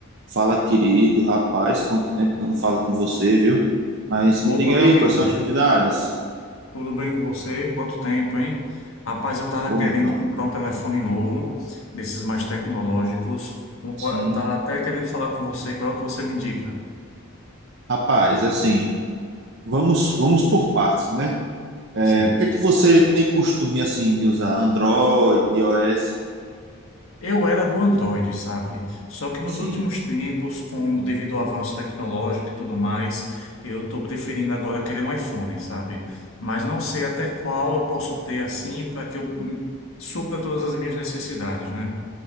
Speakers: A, on the right; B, on the left.
A: Fala, querido rapaz, quanto tempo que eu não falo com você, viu? Mas me
B: Opa,
A: diga
B: meu
A: aí,
B: amigo,
A: quais são as novidades?
B: tudo bem com você? Quanto tempo, hein? Rapaz, eu tava
A: Ô,
B: querendo
A: meu irmão,
B: comprar um telefone novo, desses mais tecnológicos. Eu
A: sim.
B: tava até querendo falar com você, qual é o que você me indica?
A: Rapaz, assim, vamos vamos por partes, né? É,
B: Sim.
A: o que é que você tem costume, assim, de usar? Android, iOS?
B: Eu era do Android, sabe? Só que nos
A: Sim,
B: últimos tempos, com devido ao avanço tecnológico e tudo mais, eu estou preferindo agora querer um iPhone, sabe? Mas não sei até qual eu posso ter assim para que eu hum, supra todas as minhas necessidades, né?